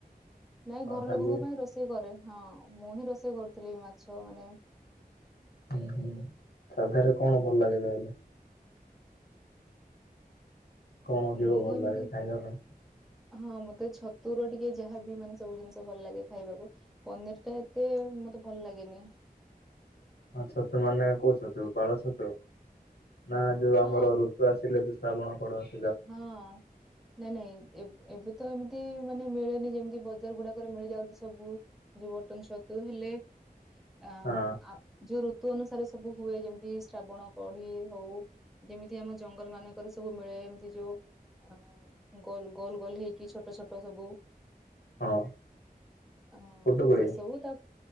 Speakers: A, on the left; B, in the centre.
A: ହଁ
B: ନାଇଁ ଘର
A: ଖାଲି
B: ଲୋକଙ୍କ ପାଇଁ ରୋଷେଇ କରେ ହଁ ମୁଁ ହିଁ ରୋଷେଇ କରୁଥିଲି ମାଛ ମାନେ।
A: ହୁଁ ହୁଁ ସାଧାରେ କଣ ଭଲ ଲାଗେ ତାହେଲେ। କଣ ଯିବ
B: ମୁଁ
A: ଭଲ
B: ଏମିତି
A: ଲାଗେ ଖାଇବା ପାଇଁ।
B: ହଁ ମତେ ଛତୁର ଟିକେ ଯାହାବି ମାନେ ସବୁ ଜିନିଷ ଭଲ ଲାଗେ ଖାଇବାକୁ। ପନିର ଟା ଏତେ ମତେ ଭଲ ଲାଗେନି।
A: ହଁ ଛତୁ ମାନେ କହୁଛତୁ ପାଳଛତୁ ନା ଯୋଉ ଆମର
B: ହଁ
A: ଋତୁ ଆସିଲେ। ଶ୍ରାବଣ ପଡ ଅଛି।
B: ହଁ। ନାଇଁ ନାଇଁ ଏବେ ତ ଏମିତି ମାନେ ମିଳେନି ଯେମିତି ବଜାର ଗୁଡାକରେ ମିଳିଯାଉଛି ସବୁ। ଯୋଉ ବଟନ ଛତୁ ହେଲେ ଅ
A: ହଁ
B: ଯଉ ଋତୁ ଅନୁସାରେ। ସବୁ ହୁଏ ଯେମିତି ଶ୍ରାବଣ କଢି ହଉ ଯେମିତି ଆମ ଜଙ୍ଗଲ ମାନଙ୍କର ସବୁ ମିଳେ। ଯୋଉ ଅ ଗଲ ଗୋଲ ଗୋଲ ହେଇକି ଛୋଟ ଛୋଟ ସବୁ।
A: ହଁ
B: ହଁ
A: ଫୁଟୁକୁଳି
B: ସେ ସେବୁ ତ।